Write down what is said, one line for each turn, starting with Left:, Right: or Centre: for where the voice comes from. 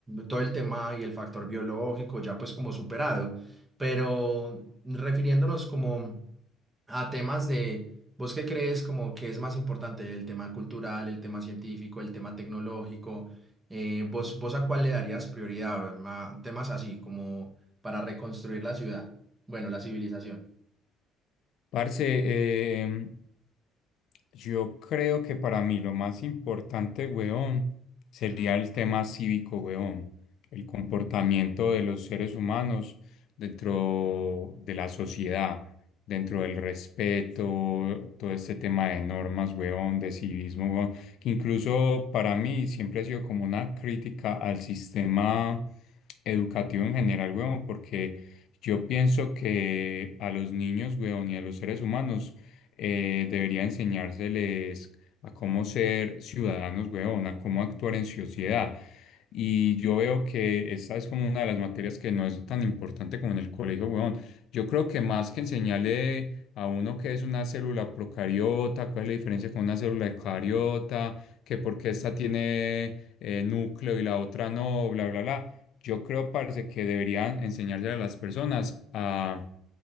Right: todo el tema y el factor biológico ya pues como superado, pero refiriéndonos como a temas de, ¿vos qué crees como que es más importante el tema cultural, el tema científico, el tema tecnológico? Eh, ¿vos, vos a cuál le darías prioridad? Ma- Temas así como para reconstruir la ciudad, bueno, la civilización.
Left: Parce, eh, yo creo que para mí lo más importante, weón, sería el tema cívico, weón, el comportamiento de los seres humanos dentro de la sociedad, dentro del respeto, todo este tema de normas, weón, de civismo, weón, que incluso para mí siempre ha sido como una crítica al sistema educativo en general, weón, porque yo pienso que a los niños, weón, y a los seres humanos eh, debería enseñárseles a cómo ser ciudadanos, weón, a cómo actuar en sociedad. Y yo veo que esta es como una de las materias que no es tan importante como en el colegio, weón. Yo creo que más que enseñarle a uno qué es una célula procariota, cuál es la diferencia con una célula eucariota, que por qué esta tiene eh, núcleo y la otra no, bla, bla, bla. Yo creo, parce, que deberían enseñarle a las personas a,